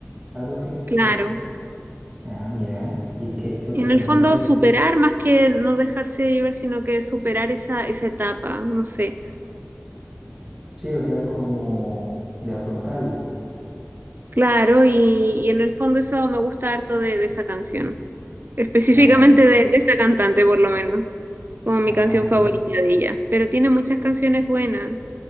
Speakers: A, on the right; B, on the right.
A: Algo así,
B: claro.
A: creo. Ah, mira. ¿Y qué, qué otro
B: En
A: cantante?
B: el fondo superar más que no dejarse llevar, sino que superar esa, esa etapa, no sé.
A: Sí, o sea, como de afrontarla.
B: Claro, y, y en el fondo eso me gusta harto de de esa canción. Específicamente
A: Ah, mi-
B: de esa cantante, por lo menos, como mi
A: ah,
B: canción
A: sí.
B: favorita de ella. Pero tiene muchas canciones buenas.